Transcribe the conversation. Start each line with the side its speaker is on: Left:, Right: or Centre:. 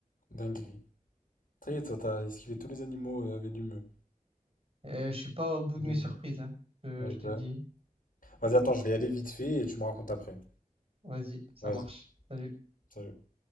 Left: Dinguerie. Ça y est, toi, t'as esquivé tous les animaux euh, venimeux.
Right: Euh, je suis pas au bout
Left: Mais
Right: de mes surprises, hein. Euh,
Left: Ouais,
Right: je te
Left: bah.
Right: le dis.
Left: Vas-y, attends, je vais y aller vite fait et tu me racontes après.
Right: Vas-y, ça
Left: Vas-y,
Right: marche. Salut.
Left: salut.